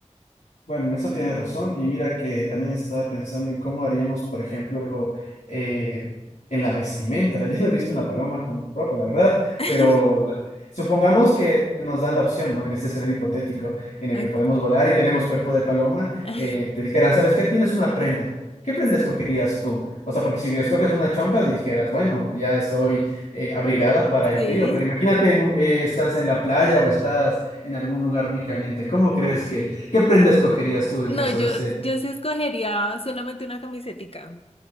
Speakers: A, on the left; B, on the left.
A: Bueno, en eso tienes razón. Y mira que también estaba pensando en cómo haríamos, por ejemplo, eh, en la vestimenta. <laughs> Yo no he visto una paloma con ropa, la verdad,
B: <laughs>
A: pero la- supongamos que nos dan la opción, ¿no? En este escenario hipotético en el
B: Ok.
A: que podemos volar y tenemos cuerpo de paloma,
B: <laughs>
A: eh, te dijeran, ¿sabes qué? Tienes una prenda. ¿Qué prenda
B: Sí.
A: escogerías tú? O sea, porque si escoges una chompa, dijeras, bueno, ya estoy eh, abrigada para el
B: Sí.
A: frío, pero imagínate, en un- eh, estás en la playa o estás en algún lugar muy caliente. ¿Cómo crees que, qué prenda escogerías tú en
B: No,
A: caso
B: yo,
A: de ser
B: yo sí escogería solamente una camisetica